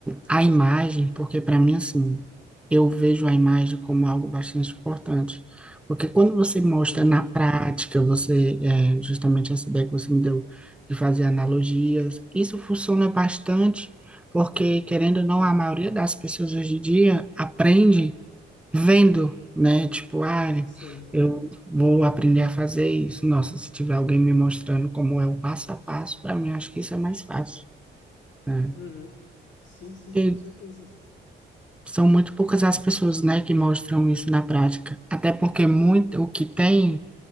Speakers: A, in the centre; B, on the left.
A: a imagem, porque para mim, assim, eu vejo a imagem como algo bastante importante. Porque quando você mostra
B: Uhum,
A: na prática, você, é, justamente essa ideia que você me deu de fazer analogias, isso funciona bastante, porque, querendo ou não,
B: uhum,
A: a maioria das pessoas hoje em dia aprende vendo, né? Tipo, ah,
B: sim.
A: eu vou aprender a fazer isso. Nossa, se tiver alguém me mostrando como é o passo a passo, para mim, acho que isso é mais fácil, né?
B: Uhum, sim, sim,
A: Porque
B: com certeza.
A: São muito poucas as pessoas, né, que mostram isso na prática. Até porque muito o que tem